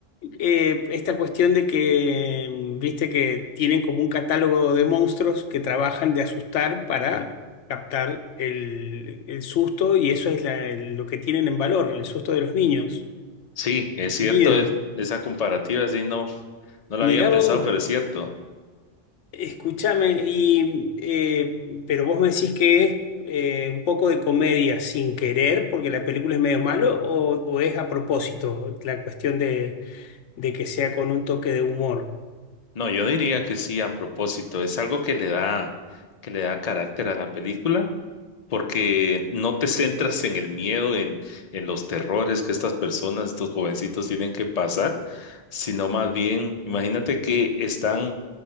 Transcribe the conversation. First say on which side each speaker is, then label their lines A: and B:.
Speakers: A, on the left (about 70°); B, on the left (about 40°).
A: eh, esta cuestión de que, mm, viste, que tienen como un catálogo de monstruos que trabajan de asustar para captar el, el susto y eso es la- el- lo que tienen en valor, el susto de los niños,
B: Sí, es
A: el
B: cierto.
A: miedo.
B: es- esa comparativa sí no, no la
A: Mirá
B: había pensado,
A: vos,
B: pero es cierto.
A: escúchame, y, eh, pero vos me decís que es eh, un poco de comedia sin querer, porque la película es medio malo, o, o es a propósito la cuestión de, de que sea con un toque de humor.
B: No, yo diría que sí, a propósito, es algo que le da, que le da carácter a la película, porque no te centras en el miedo, en, en los terrores que estas personas, estos jovencitos tienen que pasar, sino más bien, imagínate que están